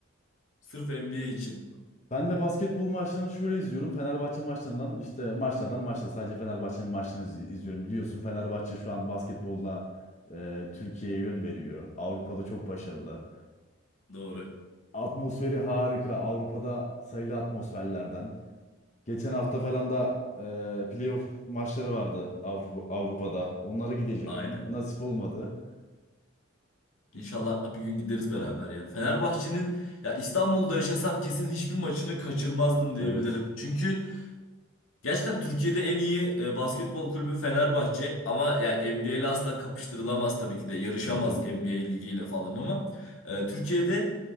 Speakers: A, on the left (about 80°); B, on the left (about 35°).
A: Sırf NBA için.
B: Ben de basketbol maçlarını şöyle izliyorum. Fenerbahçe maçlarından işte maçlardan maçta sadece Fenerbahçe'nin maçlarını iz- izliyorum. Biliyorsun Fenerbahçe şu an basketbolla e, Türkiye'ye yön veriyor. Avrupa'da çok başarılı.
A: Doğru.
B: Atmosferi harika. Avrupa'da sayılı atmosferlerden. Geçen hafta falan da e, playoff maçları vardı Avru- Avrupa'da. Onlara gidecektim.
A: Aynen.
B: Nasip olmadı.
A: İnşallah bir gün gideriz beraber ya. Fenerbahçe'nin ya İstanbul'da yaşasam kesin hiçbir maçını kaçırmazdım diyebilirim.
B: Evet.
A: Çünkü gerçekten Türkiye'de en iyi e, basketbol kulübü Fenerbahçe ama ya NBA ile asla kapıştırılamaz tabii ki de. Yarışamaz
B: Tabii canım.
A: NBA ligiyle falan ama e, Türkiye'de